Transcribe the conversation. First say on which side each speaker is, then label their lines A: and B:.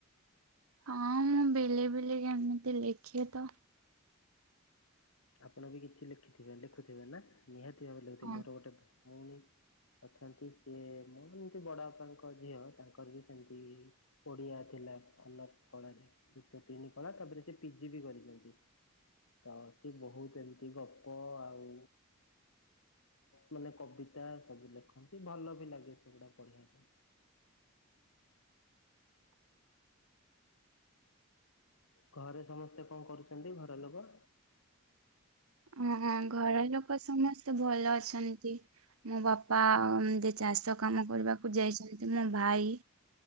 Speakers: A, on the right; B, on the left.
A: ହଁ ମୁଁ ବିଲେ ବିଲେ ଯେମିତି ଲେଖେ ତ
B: ଆପଣ ବି କିଛି ଲେଖିଥିବେ ଲେଖୁଥିବେ ନା ନିହାତି ଭାବରେ ଲେଖୁଥିବେ
A: ହଁ।
B: ମୋର ଗୋଟେ ଭଉଣୀ ଅଛନ୍ତି ସିଏ ମୁଁ ଏମତି ବଡ ବାପାଙ୍କ ଝିଅ ତାଙ୍କର ବି ସେମିତି ଓଡିଆ ଥିଲା ଅନର୍ସ କଳାରେ ଯୁକ୍ତ ତିନି କଳା ତାପରେ ସେ ପିଜି ବି କରିଛନ୍ତି <unintelligible> ସି ବହୁତ ଏମିତି ଗପ ଆଉ ମାନେ କବିତା ସବୁ ଲେଖନ୍ତି ଭଲ ବି ଲାଗେ ସେଗୁଡା ପଢିବା ପାଇଁ ଘରେ ସମସ୍ତେ କଣ କରୁଛନ୍ତି ଘର ଲୋକ
A: ଉହୁଁ ଘର ଲୋକ ସମସ୍ତେ ଭଲ ଅଛନ୍ତି ମୋ ବାପା ଏମିତି ଚାଷ କାମ କରିବାକୁ ଯାଇଛନ୍ତି ମୋ ଭାଇ